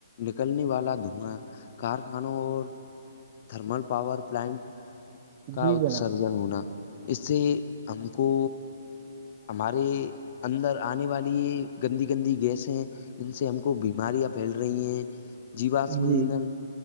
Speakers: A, on the left; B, on the right.
A: نکلنے والا دھواں کارخانوں اور تھرمل پاور پلانٹ کا
B: جی
A: اتسرجن
B: جناب
A: ہونا اس سے ہم کو ہمارے اندر آنے والی یہ گندی گندی گیس ہیں ان سے ہم کو بیماریاں پھیل رہی ہیں جیواشم
B: جی
A: ادھن